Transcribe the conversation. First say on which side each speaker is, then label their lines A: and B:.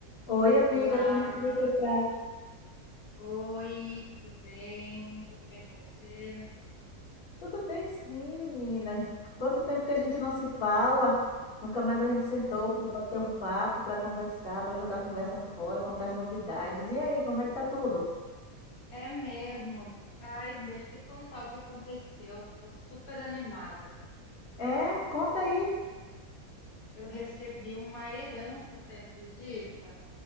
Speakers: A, on the left (about 45°); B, on the left (about 70°).
A: Oi, amiga,
B: Olá,
A: como é que você tá?
B: oi, tudo bem? Tudo bem com você?
A: Tudo bem, sim, menina. Quanto tempo que a gente não se fala? Nunca mais a gente
B: É,
A: sentou para bater um papo, para conversar, para jogar conversa fora, contar as novidades. E aí, como é que tá tudo?
B: é mesmo. Ai, deixa eu te contar o que aconteceu. Tô super animada.
A: É, conta aí.
B: Eu recebi uma herança, você acredita?